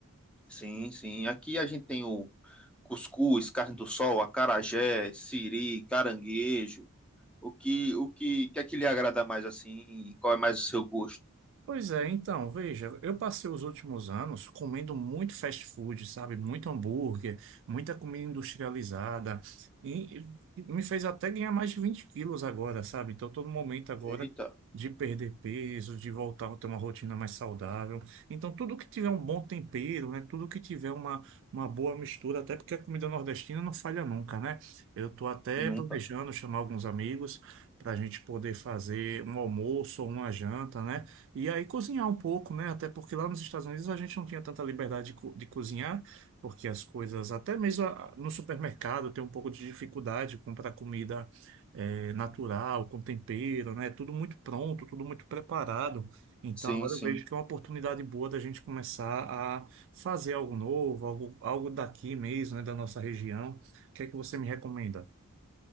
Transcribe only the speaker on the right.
Pois é, então, veja, eu passei os últimos anos comendo muito fast food, sabe? Muito hambúrguer, muita comida industrializada, e e me fez até ganhar mais de 20 quilos agora, sabe? Então, estou no momento agora
de perder peso, de voltar a ter uma rotina mais saudável. Então, tudo que tiver um bom tempero, né? Tudo que tiver uma, uma boa mistura, até porque a comida nordestina não falha nunca, né? Eu estou até
planejando chamar alguns amigos para a gente poder fazer um almoço ou uma janta, né? E aí cozinhar um pouco, né? Até porque lá nos Estados Unidos a gente não tinha tanta liberdade de, co- de cozinhar, porque as coisas, até mesmo a- no supermercado, tem um pouco de dificuldade de comprar comida eh, natural, com tempero, né? Tudo muito pronto, tudo muito preparado. Então
agora
eu vejo que é uma oportunidade boa da gente começar a fazer algo novo, algo, algo daqui mesmo, né? Da nossa região. O que é que você me recomenda?